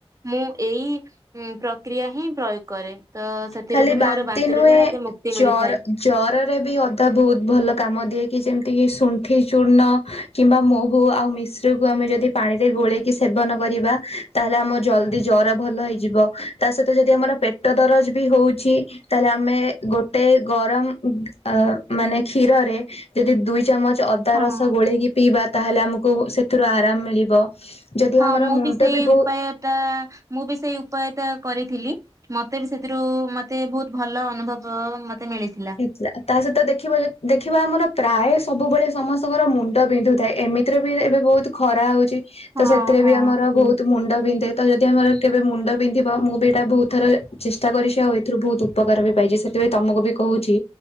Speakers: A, on the right (about 30°); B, on the left (about 75°).
A: ମୁଁ ଉଁ ପ୍ରକ୍ରିୟା ହିଁ ପ୍ରୟୋଗ କରେ ତ ସେଥିରୁ
B: ଖାଲି
A: ବି
B: ବାନ୍ତି
A: ମୋର ବାନ୍ତିରୁ
B: ନୁହେଁ
A: ବି ମତେ ମୁକ୍ତି
B: ଜର
A: ମିଳିଥାଏ।
B: ଜରରେ ବି ଅଧା ବହୁତ ଭଲ କାମ ଦିଏକି ଯେମତି ଶୁଣ୍ଠି ଚୂର୍ଣ୍ଣ କିମ୍ବା ମହୁ ଆଉ ମିଶ୍ରକୁ ଆମେ ଯଦି ପାଣିରେ ଗୋଳେଇକି ସେବନ କରିବା ତାହେଲେ ଆମ ଜଲଦି ଜର ଭଲ ହେଇଯିବ ତା ସହିତ ଯଦି ଆମର ପେଟ ଦର ହଛିଲେ ଆମେ ଗୋଟେ ଗରମ ମାନେ କ୍ୀରରେ ଯଦି ଦୁ ଚଚ ଅଦା
A: ହଁ।
B: ରସ ଗୋଳେଇକି ପିଇବା ତାହେଲେ ଆମକୁ ସେଥିରୁ ଆରାମ ମିଳିବ ଯଦି
A: ହଁ
B: ଆମର
A: ମୁଁ
B: ମୁଣ୍ଡ
A: ବି ସେଇ
B: ବହୁ
A: ଉପାୟ ଟା ମୁଁ ବି ସେଇ ଉପାୟ ଟା କରିଥିଲି ମତେ ବି ସେଥିରୁ ମତେ ବହୁତ ଭଲ ଅନୁଭବ ମତେ ମିଳିଥିଲା।
B: ହେଇଥିଲା ତା ସହିତ ଦେଖିବ ଦେଖିବା ଆମର ପ୍ରାୟ ସବୁବେଳେ ସମସ୍ତଙ୍କର ମୁଣ୍ଡ ବିନ୍ଧୁଥାଏ ଏମିତିରେ ବି ଏବେ ବହୁତ ଖରା ହଉଛି
A: ହଁ
B: ତ ସେଥିରେ
A: ହଁ
B: ବି ଆମର ବହୁତ ମୁଣ୍ଡ ବିନ୍ଧେ ତ ଯଦି ଆମର କେବେ ମୁଣ୍ଡ ବିନ୍ଧିବ ମୁଁ ବି ଏଇଟା ବହୁତ ଥର ଚେଷ୍ଟା କରିଛି ଆଉ ଏଇଥିରୁ ବହୁତ ଉପକାର ବି ପାଇଛି ସେଥିପାଇଁ ତମକୁ ବି କହୁଛି